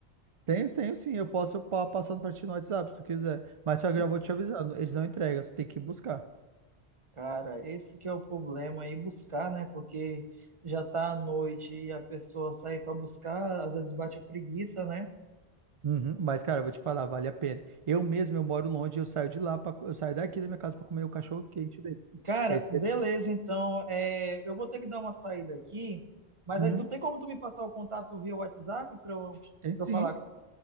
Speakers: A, on the right; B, on the right.
A: Tenho, tenho sim, eu posso pa- passar para ti no WhatsApp se tu quiser. Mas
B: Se-
A: só que eu já vou te avisando, eles não entregam, você tem que ir buscar.
B: Cara, esse que é o problema aí buscar, né? Porque já tá à noite e a pessoa sai pra buscar, às vezes bate a preguiça, né?
A: Uhum, mas, cara, eu vou te falar, vale a pena. Eu mesmo, eu moro longe, eu saio de lá, pra, co- eu saio daqui da minha casa pra comer o cachorro quente dele.
B: Cara,
A: E aí você...
B: beleza, então é, eu vou ter que dar uma saída aqui, mas
A: Uhum,
B: aí tu tem como tu me passar o contato via WhatsApp pra eu,
A: tem sim.
B: pra eu falar?